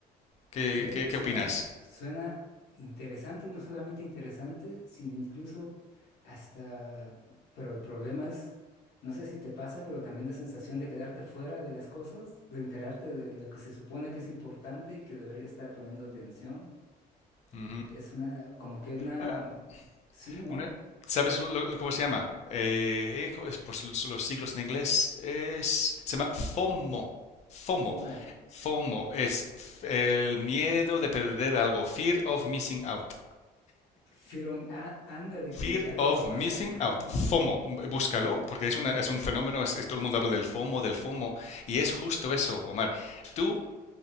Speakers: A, on the left (about 40°); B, on the left (about 85°).
A: ¿Qué,
B: Fíjate,
A: qué,
B: suena,
A: qué opinas?
B: suena interesante, no solamente interesante, sino incluso hasta, pero el problema es, no sé si te pasa, pero también la sensación de quedarte fuera de las cosas, de enterarte de lo que se supone que es importante y que deberías estar poniendo atención.
A: Ujú.
B: Es una, como que una,
A: Ah,
B: sí, ¿no?
A: Una,
B: ¿No?
A: ¿Sabes lo- cómo se llama? Eh, es por los los siglos en inglés es, se llama FOMO. FOMO.
B: Como,
A: FOMO es f- el miedo de perder algo. Fear of missing out.
B: firme, ándale,
A: Fear
B: como que algo
A: of
B: va a pasar.
A: missing
B: Ajá.
A: out. FOMO. B- Búscalo porque es, una, es un fenómeno. es- es- todo el mundo habla del FOMO, del FOMO. Y es justo eso, Omar. Tú